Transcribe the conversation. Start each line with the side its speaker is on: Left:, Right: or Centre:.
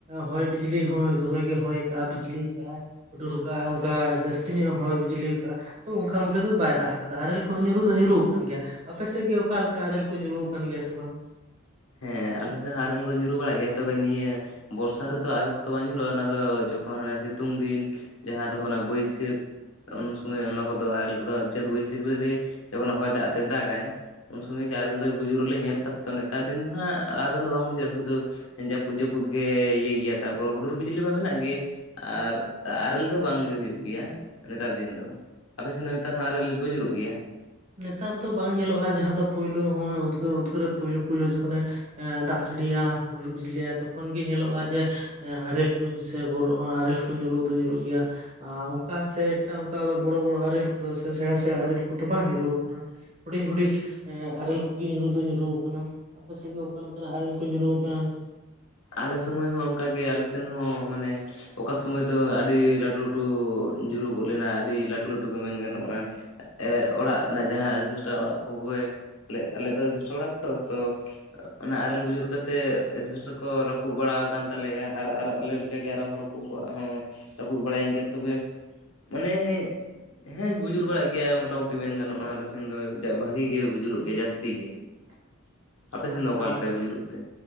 Right: ᱦᱚᱭ ᱵᱤᱡᱽᱞᱤ ᱦᱚᱸᱭ ᱫᱚᱢᱮ ᱜᱮ ᱦᱚᱭ ᱠᱟᱜᱼᱟ ᱵᱤᱡᱽᱞᱤ ᱠᱟᱜᱼᱟᱭ ᱦᱩᱰᱩᱨ ᱠᱟᱜᱼᱟ ᱚᱝᱠᱟ ᱡᱟᱹᱥᱛᱤ ᱧᱚᱜ ᱮ ᱦᱚᱭ ᱵᱤᱡᱽᱞᱤ ᱠᱟᱜᱼᱟ ᱛᱚ ᱚᱝᱠᱟ ᱵᱷᱟᱵᱮ ᱫᱚ ᱵᱟᱭ ᱫᱟᱜ ᱠᱟᱫᱟ ᱟᱨᱮᱞ ᱠᱚᱦᱚᱸ ᱧᱩᱨᱩ ᱫᱚ ᱧᱩᱨᱩ ᱠᱟᱱ ᱜᱮᱭᱟ ᱟᱯᱮ ᱥᱮᱜ ᱜᱮ ᱚᱠᱟ ᱞᱮᱠᱟ ᱟᱨᱮᱞ ᱠᱚ ᱧᱩᱨᱩ ᱟᱠᱟᱱ ᱜᱮᱭᱟ ᱥᱮ ᱵᱟᱝ
Left: ᱦᱮᱸ ᱟᱞᱮ ᱥᱮᱜ ᱦᱚᱸ ᱟᱨᱮᱞ ᱠᱚᱫᱚ ᱧᱩᱨᱩ ᱵᱟᱲᱟᱜ ᱜᱮᱭᱟ ᱛᱚᱵᱮ ᱱᱤᱭᱟᱹ ᱵᱚᱨᱥᱟ ᱨᱮᱫᱚ ᱟᱨᱮᱞ ᱠᱚᱫᱚ ᱵᱟᱝ ᱧᱩᱨᱩᱜᱼᱟ ᱚᱱᱟ ᱫᱚ ᱡᱚᱠᱷᱚᱱ ᱦᱟᱱᱮ ᱥᱤᱛᱩᱝ ᱫᱤᱱ ᱡᱟᱦᱟᱸ ᱫᱚᱠᱚ ᱚᱱᱟ ᱵᱟᱹᱭᱥᱟᱹᱠᱷ ᱩᱱ ᱥᱳᱢᱚᱭ ᱚᱱᱟ ᱠᱚᱫᱚ ᱟᱨᱮᱞ ᱠᱚᱫᱚ ᱪᱟᱹᱛ ᱵᱟᱹᱭᱥᱟᱹᱠᱷ ᱨᱮ ᱨᱮ ᱡᱚᱠᱷᱚᱱᱮ ᱦᱚᱭ ᱫᱟᱜ ᱛᱮ ᱫᱟᱜᱟᱭ ᱩᱱ ᱥᱚᱢᱚᱭ ᱜᱮ ᱟᱨᱞᱮ ᱫᱚᱭ ᱵᱩᱡᱩᱨᱚᱜ ᱞᱮ ᱧᱮᱞ ᱠᱟᱫᱟ ᱛᱚ ᱱᱮᱛᱟᱨ ᱫᱤᱱ ᱫᱚ ᱦᱟᱸᱜ ᱟᱨᱮᱞ ᱫᱚ ᱵᱟᱝ ᱵᱩᱡᱟᱹᱜᱼᱟ ᱥᱩᱫᱩ ᱡᱟᱹᱯᱩᱫ ᱡᱟᱹᱯᱩᱫ ᱜᱮ ᱤᱭᱟᱹᱭ ᱜᱮᱭᱟ ᱛᱟᱨᱯᱚᱨᱮ ᱦᱩᱰᱩᱨ ᱵᱤᱡᱽᱞᱤ ᱢᱟ ᱢᱮᱱᱟᱜ ᱜᱮ ᱟᱨ ᱟᱨᱮᱞ ᱫᱚ ᱵᱟᱝᱜᱮ ᱦᱩᱭᱩᱜ ᱜᱮᱭᱟ ᱱᱮᱛᱟᱨ ᱫᱤᱱ ᱫᱚ ᱟᱯᱮ ᱥᱮᱱ ᱫᱚ ᱱᱮᱛᱟᱨ ᱦᱚᱸ ᱟᱨᱮᱞ ᱵᱩᱡᱩᱨᱚᱜ ᱜᱮᱭᱟ
Right: ᱱᱮᱛᱟᱨ ᱫᱚ ᱵᱟᱝ ᱧᱮᱞᱚᱜᱼᱟ ᱡᱟᱦᱟᱸ ᱫᱚ ᱯᱳᱭᱞᱳ ᱦᱚᱸ ᱩᱫᱽᱜᱟᱹᱨ ᱩᱫᱽᱜᱟᱹᱨᱮ ᱯᱳᱭᱞᱳ ᱯᱳᱭᱞᱳ ᱡᱚᱠᱷᱚᱱᱮ ᱮ ᱫᱟᱜ ᱡᱟᱹᱲᱤᱭᱟ ᱦᱩᱰᱩᱨ ᱵᱤᱡᱽᱞᱤᱟᱭ ᱛᱚᱠᱷᱚᱱ ᱜᱮ ᱧᱮᱞᱚᱜᱼᱟ ᱡᱮ ᱟᱨᱮᱞ ᱠᱚ ᱥᱮ ᱵᱚᱨᱚ ᱟᱨᱮᱞ ᱠᱚ ᱧᱩᱨᱩᱜ ᱫᱚ ᱧᱩᱨᱩᱜ ᱜᱮᱭᱟ ᱟᱨ ᱚᱱᱠᱟ ᱥᱮ ᱮᱠᱴᱟ ᱚᱱᱠᱟ ᱵᱚᱲᱚ ᱵᱚᱲᱚ ᱟᱨᱮᱞ ᱠᱚᱫᱚ, ᱥᱮᱬᱟ ᱥᱮᱬᱟ ᱟᱨᱮᱞ ᱠᱚᱫᱚ ᱵᱟᱝ ᱧᱩ ᱨᱩ ᱠᱟᱱᱟ ᱦᱩᱰᱤᱧ ᱦᱩᱰᱤᱧ ᱟᱨᱮᱞ ᱠᱚᱜᱮ ᱧᱩᱨᱩ ᱫᱚ ᱧᱩᱨᱩ ᱟᱠᱟᱱᱟ᱾ ᱟᱯᱮ ᱥᱮᱫ ᱜᱮ ᱚᱠᱟ ᱞᱮᱠᱟᱱᱟᱜ ᱟᱨᱮᱞ ᱠᱚ ᱧᱩᱨᱩ ᱠᱟᱱ᱾
Left: ᱟᱞᱮ ᱥᱩᱢᱳᱭ ᱦᱚᱸ ᱚᱱᱠᱟᱜ ᱜᱮ ᱟᱞᱮ ᱥᱮᱱ ᱦᱚᱸ ᱢᱟᱱᱮ ᱚᱠᱟ ᱥᱳᱢᱚᱭ ᱫᱚ ᱟᱹᱰᱤ ᱞᱟᱹᱴᱩ ᱞᱟᱹᱴᱩ- ᱴᱩ ᱧᱩᱨᱩ ᱜᱚᱫ ᱞᱮᱱᱟ ᱟᱹᱰᱤ ᱞᱟᱹᱴᱩ ᱞᱟᱹᱴᱩ ᱜᱮ ᱢᱮᱱ ᱜᱟᱱᱚᱜᱼᱟ᱾ ᱮᱫ ᱚᱲᱟᱜ ᱨᱮᱱᱟᱜ ᱡᱟᱦᱟᱸ ᱮᱥᱵᱮᱥᱴᱟ ᱚᱲᱟᱜ ᱠᱚᱜᱮ ᱟᱞᱮ ᱫᱚ ᱮᱥᱵᱮᱥᱴᱟ ᱚᱲᱟᱜᱛᱚ ᱛᱚ ᱚᱱᱟ ᱟᱨᱮᱞ ᱵᱩᱡᱩᱨ ᱠᱟᱛᱮ ᱮᱴᱵᱮᱥ ᱠᱚ ᱨᱟᱹᱯᱩᱫ ᱵᱟᱲᱟ ᱟᱠᱟᱱ ᱛᱟᱞᱮᱭᱟ ᱟᱨ ᱟᱞᱮ ᱤᱱᱠᱟ. ᱜᱮ ᱟᱨ ᱦᱚᱲ ᱠᱚ ᱠᱚᱣᱟᱜ ᱦᱚᱸ ᱨᱟᱹᱯᱩᱫ ᱵᱟᱲᱟᱭᱮᱱ ᱜᱮᱭᱟ ᱛᱚᱵᱮ ᱢᱟᱱᱮ ᱦᱮᱸ ᱵᱩᱡᱩᱨ ᱵᱟᱲᱟᱜ ᱜᱮᱭᱟ ᱢᱚᱴᱟᱢᱩᱴᱤ ᱢᱮᱱ ᱜᱟᱱᱚᱜᱼᱟ ᱟᱞᱮᱥᱮᱱ ᱫᱚ ᱵᱷᱟᱜᱤ ᱜᱮ ᱵᱩᱡᱩᱨᱚᱜ ᱜᱮᱭᱟ ᱡᱟᱹᱥᱛᱤ ᱜᱮ᱾
Right: <inaudible>
Left: ᱟᱯᱮ ᱥᱮᱫ
Right: ᱟᱪᱪᱷᱟ
Left: ᱫᱚ ᱚᱠᱟ ᱞᱮᱠᱟ ᱵᱩᱡᱩᱨᱚᱜ ᱛᱮ?